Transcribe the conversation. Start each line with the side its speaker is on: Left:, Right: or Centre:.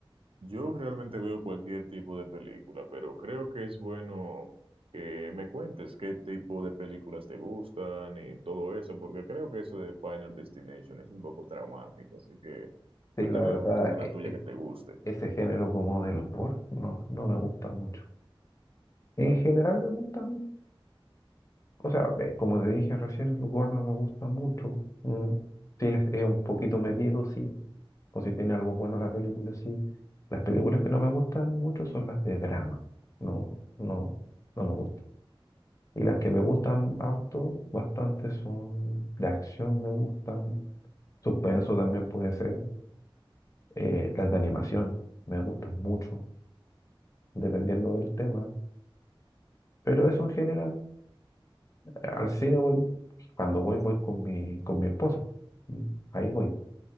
Right: Yo realmente veo cualquier tipo de película, pero creo que es bueno que me cuentes qué tipo de películas te gustan y todo eso, porque creo que eso de Final Destination es un poco traumático, así que
Left: Sí,
Right: cuéntame
Left: la verdad,
Right: tú una
Left: e-
Right: tuya
Left: e-
Right: que te guste.
Left: ese género como del gore no, no me gusta mucho. En general me gustan, o sea, eh, como te dije recién, el gore no me gusta mucho. Mm, si es, es un poquito medido, sí. O si tiene algo bueno la película, sí. Las películas que no me gustan mucho son las de drama. No, no, no me gustan. Y las que me gustan harto, bastante, son de acción, me gustan. Suspenso también puede ser. Eh, las de animación me gustan mucho, dependiendo del tema. Pero eso en general, al cine voy, cuando voy, voy con mi, con mi esposa. Mm, Ahí voy.